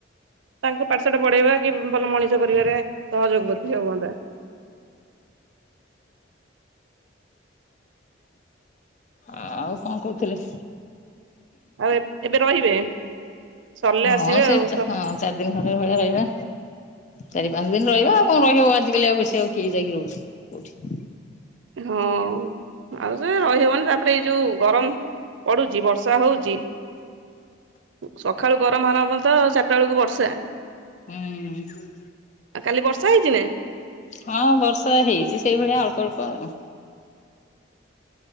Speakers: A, on the right; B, on the left.
A: ତାଙ୍କ ପାଠ ସାଠ ପଢେଇବା କି ଭଲ ମଣିଷ କରିବାରେ ସହଯୋଗ ଅଧିକ ହୁଅନ୍ତା।
B: ଆଉ କଣ କଉଥିଲେ?
A: ଆଉ ଏବେ ରହିବେ। ସରିଲେ
B: ହଁ
A: ଆସିବେ
B: ସେଇ
A: ଆଉ।
B: ହଁ ଚାରି ଦିନ ଖଣ୍ଡେ ଭଳିଆ ରହିବା। ଚାରି ପାଞ୍ଚ ଦିନ ରହିବା ଆଉ କଣ ରହିବ? ଆଜିକାଲି ଆଉ ବେଶି ଆଉ କିଏ ଯାଇକି ରହୁଛି କୋଉଠି?
A: ହଁ, ଆଉ ସେ ରହିହବନି ତା ପରେ ଏଇ ଯୋଉ ଗରମ ପଡୁଚି। ବର୍ଷା ହଉଚି। ସକାଳୁ ଗରମ ଫରମ ତ ଚାରିଟା ବେଳକୁ ବର୍ଷା।
B: ହୁଁ।
A: ଆଉ କାଲି ବର୍ଷା ହେଇଚି ନା।
B: ହଁ ବର୍ଷା ହେଇଛି ସେଇଭଳିଆ ଅଳ୍ପ ଅଳ୍ପ ଆଉ।